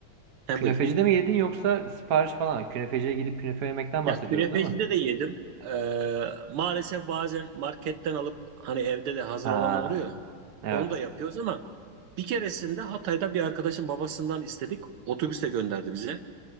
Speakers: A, on the right (about 85°); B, on the right (about 55°).
A: he
B: künefecide
A: buyur.
B: mi yedin yoksa sipariş falan? Künefeciye gidip künefe yemekten bahsediyoruz
A: Ya künefecide
B: değil mi?
A: de yedim. Ee, maalesef bazen marketten alıp hani evde de hazır
B: Ha
A: olan oluyor.
B: evet.
A: Onu da yapıyoruz ama bir keresinde Hatay'da bir arkadaşın babasından istedik. Otobüste gönderdi bize.